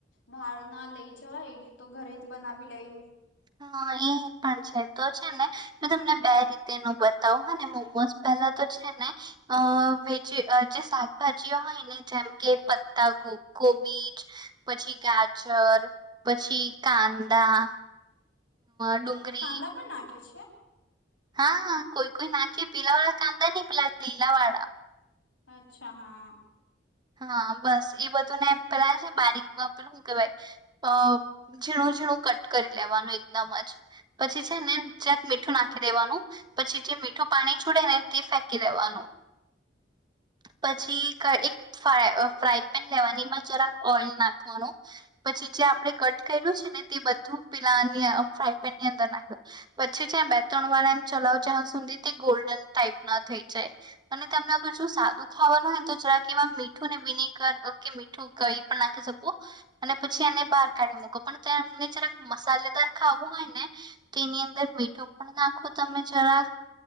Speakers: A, on the left (about 85°); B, on the right (about 25°).
A: બહાર ના લઈ જવાય તો ઘરે જ બનાવી લઈ.
B: હા એ પણ છે તો છે ને તમને બે રીતે નુ બતાવો હને મોમોસ એનો તો છે ને વેજી જે શાકભાજી હોય ને જેમ કે પત્તા ગો કોબીચ પછી, ગાજર પછી, કાંદા ડુંગળી
A: કાંદા પણ નાખે છે.
B: હા હ કોઈ કોઈ નાખે પીલા વાળા કાદા નહી પેલા લીલા વાળા.
A: અચ્છા હા.
B: હા બસ એ બધું ને એમ પેલા છે બારીક પેલું હુ કે વાય અ ઝીણું ઝીણું કટ કરી લેવાનું એકદમ જ પછી છેને જક મીઠું નાખી દેવાનું પછી જે મીઠું પાણી છોડે આપડેને ફેકી દેવાનું <inaudible> પછી કા એક ફ્રા ફ્રાય પેન લેવાની એમાં જરાક ઓઈલ નાખવાનું પછી જે આપડે કટ કર્યું છે. બધું પેલાની ફાય પેનની અંદર નાખ્યો પછી જ્યા બે ત્રણ વાળા એમ ચલાવ જ ધી ગોલ્ડન ટાઈપ ના થઈ જાય અને તમને અગર જો સાદું ખાવાનું હોય તો જરાક એવા મી મીઠૂ ને વિને કર ઓ મીઠું કઈ પણ નાખી શકો અને પછી એને બહાર કાઢી મકો પણ તમને જરાક મસાલેદાર ખા વુ હોય ને તેની અંદર મીઠો પણ નાખો તમે જરાક.